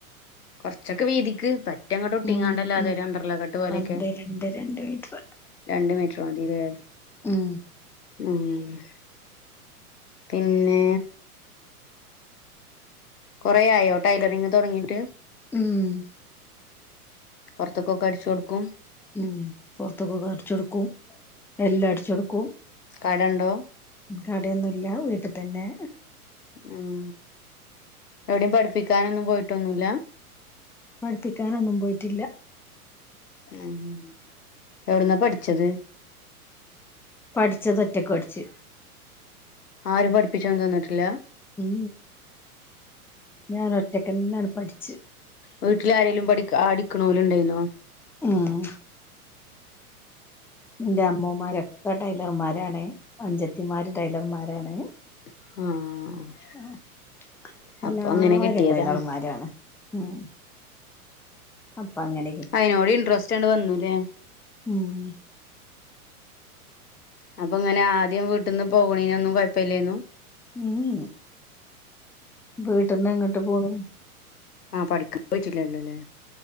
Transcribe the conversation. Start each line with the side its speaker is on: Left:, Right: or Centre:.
Left: കൊറച്ചൊക്കെ വീതിക്ക് പറ്റങ്ങോട്ട് ഒട്ടിങ്ങണ്ടല്ലാതെ
Centre: ഉം ഉം
Left: ഒരു അമ്പറലക്കട്ട് പോലെയൊക്കെ
Centre: രണ്ട് രണ്ട് രണ്ട് മീറ്റർ
Left: രണ്ട് മീറ്റർ മതീലെ
Centre: ഉം
Left: മ്ഹ് പിന്നെ കൊറെ ആയോ ടൈലറിങ്ങ് തൊടങ്ങിട്ട്
Centre: മ്മ്ഹ്
Left: പൊറത്ത്ക്കൊക്കെ അടിച്ചൊടുക്കും
Centre: ഉം പൊർത്ത്ക്കൊക്കെ അടിച്ചടുക്കും എല്ലാം അടിചൊടുക്കും
Left: കടണ്ടോ
Centre: കടയൊന്നുല്ല വീട്ട്തന്നെ
Left: ഉം എവിടേം പഠിപ്പിക്കാനൊന്നും പോയിട്ടൊന്നുല്ല
Centre: പഠിപ്പിക്കാനൊന്നും പോയിട്ടില്ല
Left: എഹ് എവിടന്നാപഠിച്ചത്
Centre: പഠിച്ചതൊറ്റക്ക് പഠിച്ച്
Left: ആരും പഠിപ്പിചന്നൊന്നിട്ടില്ല
Centre: ഉം ഞാനൊറ്റക്കനാട് പഠിച്ച്
Left: വീട്ടിലാരേലും പഠിക്ക അടിക്കണോല് ഇണ്ടേയിനോ
Centre: ഉം ഇന്റെ അമ്മോമാരൊക്കെ ടൈലർമാരാണ് അഞ്ചത്തിമാര് ടൈലർമാരാണ്
Left: ആഹ്
Centre: ആഹ് എല്ലാരും
Left: അപ്പൊ അങ്ങനെ കിട്ടിയതാണ്
Centre: ടൈലർമാരാണ് ഉം അപ്പൊ അങ്ങനെ
Left: അയിനോട് ഇൻട്രസ്റ്റ്ങ്ങട്ട് വന്നൂലേ
Centre: മ്മ്ഹ്
Left: അപ്പൊ ഇങ്ങനെ ആദ്യം വീട്ടിന്ന് പോവണേനൊന്നും കൊഴപ്പലേനു
Centre: ഉം വീട്ടിന്ന് എങ്ങട്ട് പോണു
Left: ആഹെ പഠിക്ക പോയിട്ടില്ലല്ലോലേ